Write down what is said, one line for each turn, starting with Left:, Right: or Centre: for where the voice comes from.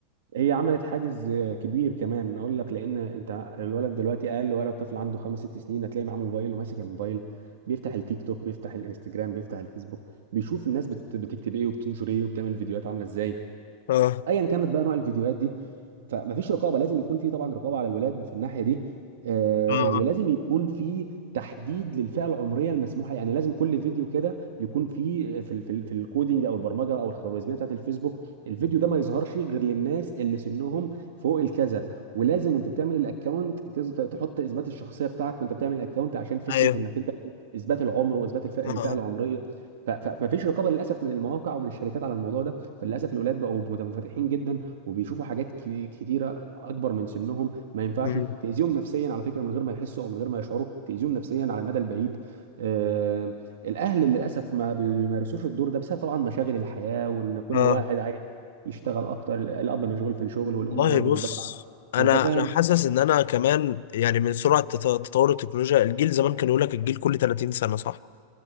Right: هي عملت حاجز كبير كمان اقول لك لان انت الولد دلوقتي اقل ولد طفل عنده خمس ست سنين هتلاقي معاه موبايل وماسك الموبايل بيفتح التيك توك بيفتح الانستجرام بيفتح الفيسبوك بيشوف الناس بت... بتكتب ايه وبتنشر ايه وبتعمل فيديوهات عامله ازاي
Left: آه
Right: ايا كانت بقى نوع الفيديوهات دي فمفيش رقابه لازم يكون في طبعا رقابه على الولاد في الناحيه دي آه
Left: آه
Right: ولازم
Left: آه.
Right: يكون في تحديد للفئه العمريه المسموحه يعني لازم كل فيديو كده يكون في في ال- في, ال- في الكودينج او البرمجه او الخوارزميه بتاعت الفيسبوك الفيديو ده ما يظهرش غير للناس اللي سنهم فوق الكذا ولازم وانت بتعمل الاكونت تز- تحط اثبات الشخصيه بتاعك وانت بتعمل الاكونت عشان فكره
Left: أيوه
Right: انك انت اثبات العمر واثبات الفئه
Left: آه
Right: الفئة
Left: آه
Right: العمريه ف- فمفيش رقابه للاسف من المواقع ومن الشركات على الموضوع ده فللاسف الولاد بقوا مت- منفتحين جدا وبيشوفوا حاجات ك- كتيره اكبر من سنهم ما ينفعش
Left: مم.
Right: تاذيهم نفسيا على فكره من غير ما يحسوا او من غير ما يشعروا تاذيهم نفسيا على المدى البعيد آه الاهل للاسف ما بيمارسوش الدور ده بسبب طبعا مشاغل الحياه وان كل
Left: آه
Right: واحد عايز يشتغل اكتر الاب مشغول في الشغل
Left: والله
Right: والام برضه
Left: بص
Right: بتدور على
Left: انا
Right: فانت فاهم
Left: انا حاسس ان انا كمان يعني من سرعه تط- تطور التكنولوجيا الجيل زمان كان يقول لك الجيل كل 30 سنه صح